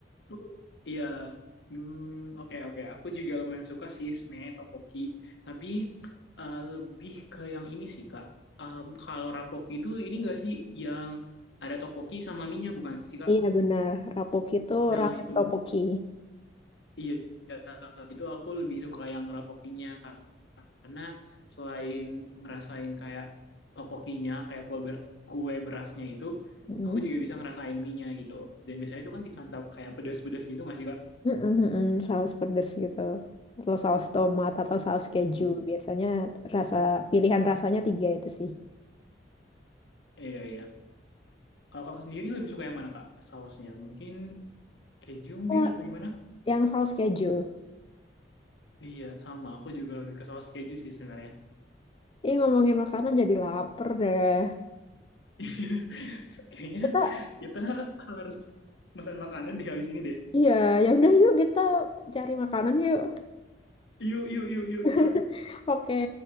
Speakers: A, on the left; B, on the left.
A: Lu iya. Hmm, oke oke. Aku juga lumayan suka sih sebenarnya topoki tapi eh, lebih ke yang ini sih, Kak. Em, kalau rapoki itu ini enggak sih yang ada topoki sama mie bukan sih, Kak?
B: Iya benar, rapoki itu
A: Nah,
B: ramen
A: itu
B: topoki.
A: iya itu aku lebih suka yang rapokinya karena selain ngerasain kayak topokinya kayak kue ber- kue berasnya itu
B: Mm.
A: aku juga bisa ngerasain mie-nya gitu dan biasanya itu kan disantap kayak pedas-pedas gitu nggak sih kak?
B: Mm-mm, mm-mm, saus pedas gitu. Atau saus tomat atau saus keju.
A: Hmm.
B: Biasanya rasa pilihan rasanya tiga itu sih.
A: Iya, iya. Kalau kakak sendiri lebih suka yang mana, Kak? Sausnya? Mungkin keju mungkin
B: Eh,
A: atau gimana?
B: Yang saus keju.
A: Iya, sama. Aku juga lebih ke saus keju sih sebenarnya.
B: Ini ngomongin makanan jadi lapar deh.
A: <laughs> Kayaknya
B: Kita
A: kita harus pesan makanan di habis ini deh.
B: Iya, ya udah yuk kita cari makanan yuk.
A: Yuk, yuk, yuk, yuk,
B: <laughs>
A: yuk, Kak.
B: Oke.